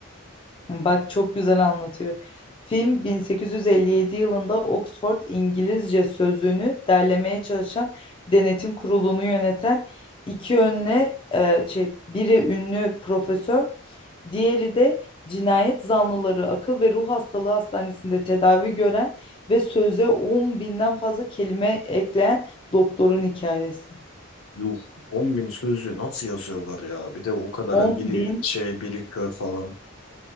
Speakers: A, on the left (about 25°); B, on the left (about 80°).
A: Bak çok güzel anlatıyor. Film 1857 yılında Oxford İngilizce Sözlüğünü derlemeye çalışan denetim kurulunu yöneten iki önüne e, şey, biri ünlü profesör, diğeri de cinayet zanlıları akıl ve ruh hastalığı hastanesinde tedavi gören ve söze 10 binden fazla kelime ekleyen doktorun hikayesi.
B: Yuh on bin sözü nasıl yazıyorlar ya? Bir de o kadar hani
A: 10.000
B: biri şey biri kör falan.